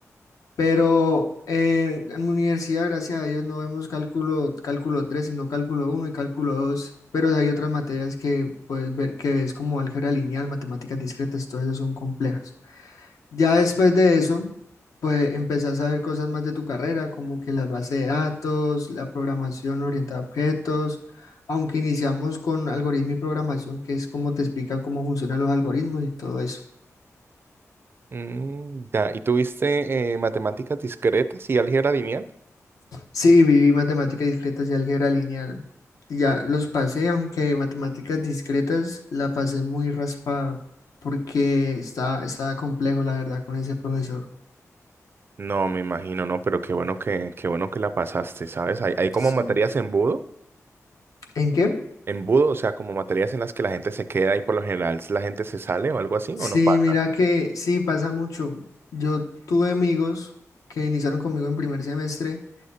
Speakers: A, on the left; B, on the right.
A: Pero eh, en mi universidad, gracias a Dios, no vemos cálculo, cálculo 3 sino cálculo uno y cálculo dos Pero hay otras materias que puedes ver que es como álgebra lineal, matemáticas discretas, todas esas son complejas. Ya después de eso, pues empezás a ver cosas más de tu carrera, como que las bases de datos, la programación orientada a objetos, aunque iniciamos con algoritmo y programación, que es como te explican cómo funcionan los algoritmos y todo eso.
B: Mm, ya, ¿y tuviste eh, matemáticas discretas y álgebra lineal?
A: Sí, viví matemáticas discretas y álgebra lineal. Y Ya los pasé, aunque matemáticas discretas la pasé muy raspada porque estaba, estaba complejo, la verdad, con ese profesor.
B: No, me imagino, no, pero qué bueno que, qué bueno que la pasaste, ¿sabes? Hay, hay como
A: Sí.
B: materias embudo,
A: ¿En qué?
B: embudo, o sea, como materias en las que la gente se queda y por lo general la gente se sale o algo así,
A: Sí,
B: o no pasa.
A: mira que sí, pasa mucho. Yo tuve amigos que iniciaron conmigo en primer semestre